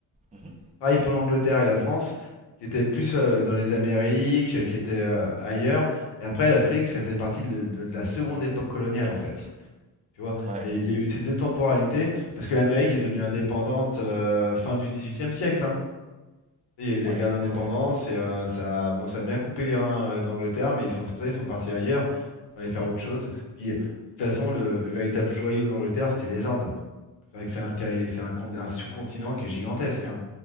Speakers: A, on the right; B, on the left.
A: mhm,
B: Pareil pour l'Angleterre et la France, qui étaient plus euh, dans les Amériques, euh, qui étaient euh, ailleurs. Et après, l'Afrique, ça fait partie de, le- de- de la seconde époque coloniale, en fait. Tu vois,
A: ouais,
B: il y, a eu il y a eu ces deux temporalités, parce que l'Amérique est devenue indépendante euh, fin du XVIIIe siècle. hein. Il y a eu la
A: ouais,
B: guerre d'indépendance
A: ouais, ouais,
B: et euh, ça, a- bon, ça a bien coupé les reins euh, de l'Angleterre, mais ils sont, c'est pour ça, ils sont partis ailleurs, ils sont allés
A: mhm.
B: faire autre chose. Puis, de toute façon, le, le véritable joyau d'Angleterre, c'était les Indes. C'est vrai que c'est un, terri- c'est un con- un sous-continent qui est gigantesque. hein.